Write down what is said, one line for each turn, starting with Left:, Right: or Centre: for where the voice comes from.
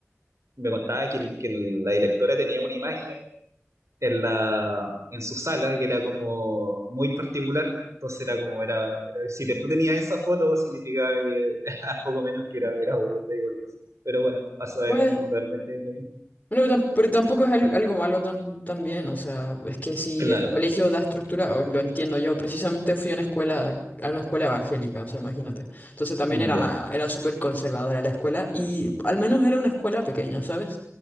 Right: me contaba que, que la directora tenía una imagen en la, en su sala que era como muy particular, entonces era como, era, era- si te- tú tenías esa foto significaba que <laughs> poco menos que era, era Buda o algo así. Pero bueno, a saber
Left: Bueno.
Right: uno realmente. lo
Left: Bueno, pero tam- pero tampoco es al- algo malo tam- también, o sea, es que si
Right: Claro,
Left: el colegio da estructura, o lo entiendo yo, precisamente fui a una escuela, a una escuela evangélica, o sea, imagínate. Entonces también
Right: ya,
Left: era, era súper conservadora la escuela y al menos era una escuela pequeña, ¿sabes?